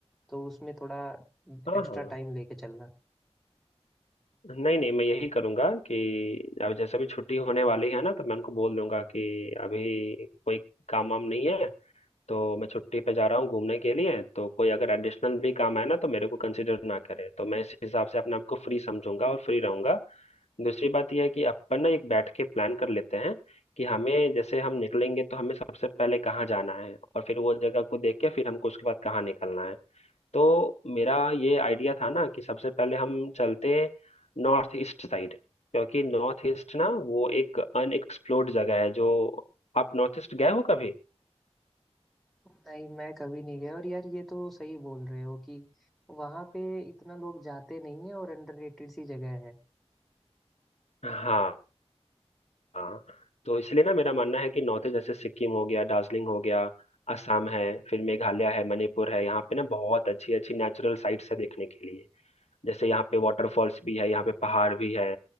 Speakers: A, in the centre; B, on the left.
A: तो उसमें थोड़ा
B: हाँ
A: एक्स्ट्रा
B: हाँ
A: टाइम लेके चलना
B: नहीं नहीं मैं यही करूंगा कि अब जैसे भी छुट्टी होने वाली है ना तो मैं उनको बोल दूंगा कि अभी कोई काम वाम नहीं है तो मैं छुट्टी पे जा रहा हूँ घूमने के लिए तो कोई अगर एडिशनल भी काम है ना तो मेरे को कंसिडर ना करे तो मैं इस हिसाब से अपने आप को फ्री समझूंगा और फ्री रहूंगा दूसरी बात यह है कि अपन ना एक बैठ के प्लान कर लेते हैं कि हमें जैसे हम निकलेंगे तो हमें सबसे पहले कहाँ जाना है और फिर वो जगह को देख के फिर हमको उसके बाद कहाँ निकलना है तो मेरा ये आइडिया था ना कि सबसे पहले हम चलते नॉर्थ ईस्ट साइड क्योंकि नॉर्थ ईस्ट ना वो एक अनएक्सप्लोर्ड जगह है जो आप नॉर्थ ईस्ट गए हो कभी
A: नहीं मैं कभी नहीं गया और यार ये तो सही बोल रहे हो कि वहाँ पे इतना लोग जाते नहीं है और अंडररेटेड सी जगह है
B: हाँ हाँ तो इसलिए ना मेरा मानना है कि नॉर्थ ईस्ट जैसे सिक्किम हो गया दार्जिलिंग हो गया असम है फिर मेघालय है मणिपुर है यहाँ पे ना बहुत अच्छी अच्छी नेचुरल साइट्स है देखने के लिए जैसे यहाँ पे वाटरफॉल्स भी है यहाँ पे पहाड़ भी है